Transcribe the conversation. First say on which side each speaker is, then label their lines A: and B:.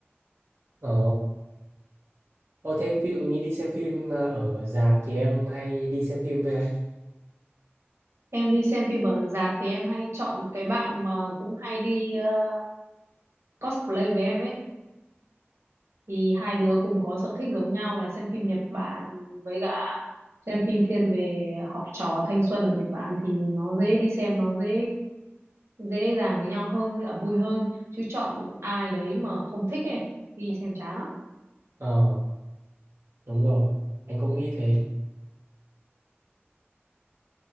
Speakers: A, on the right; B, on the right.
A: ồ Ồ thế ví dụ như đi xem phim ờ, ở rạp thì em hay đi xem phim với ai?
B: em đi xem phim ở rạp thì em hay chọn cái bạn mà cũng hay đi ờ, cosplay với em ấy thì hai đứa cùng có sở thích giống nhau là xem phim Nhật Bản với cả xem phim thiên về học trò thanh xuân ở Nhật Bản thì nó dễ đi xem nó dễ dễ dàng với nhau hơn với cả vui hơn chứ chọn ai đấy mà không thích ấy đi xem chán lắm
A: Ờ đúng rồi anh cũng nghĩ thế